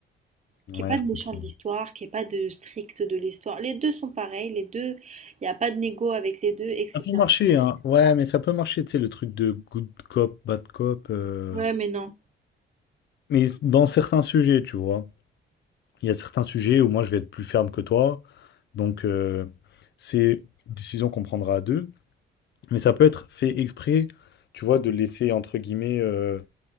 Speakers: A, on the left; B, on the right.
A: Ouais,
B: Qu'il n'y ait
A: je
B: pas de
A: comprends.
B: méchant de l'histoire, qu'il n'y ait pas de strict de l'histoire. Les deux sont pareils, les deux, il n'y a pas de négo avec les deux, etc.
A: Ça peut marcher, hein. Ouais, mais ça peut marcher, tu sais, le truc de good cop, bad cop. euh,
B: Ouais, mais non.
A: Mais dans certains sujets, tu vois. Il y a certains sujets où moi je vais être plus ferme que toi. Donc, euh, c'est une décision qu'on prendra à deux. Mais ça peut être fait exprès, tu vois, de laisser, entre guillemets, euh,